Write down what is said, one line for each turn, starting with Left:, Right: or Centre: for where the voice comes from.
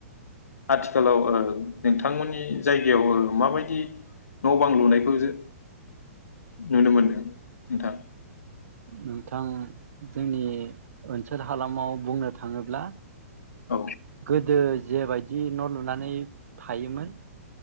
Left: आथिखालाव ओ नोंथांमोननि जायगायाव माबायदि ओ न बां लुनायखौ जों नुनो मोनदों नोंथां।
Right: नोंथां जोंनि ओनसोल हालामाव बुंनो थांङोब्ला।
Left: औ
Right: गोदो जेबायदि न लुनानै थायोमोन।